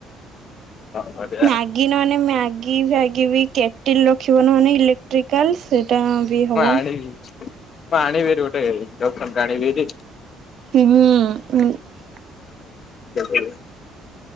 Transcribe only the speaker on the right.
ମ୍ୟାଗି ନହେ ନେ ମ୍ୟାଗି ଫ୍ୟାଗି ବି କେଟିଲ ରଖିବ ନହନେ ଇଲେକ୍ଟ୍ରିକାଲ ସେଇଟା ବି ହବ।
ହୁଁ ହୁଁ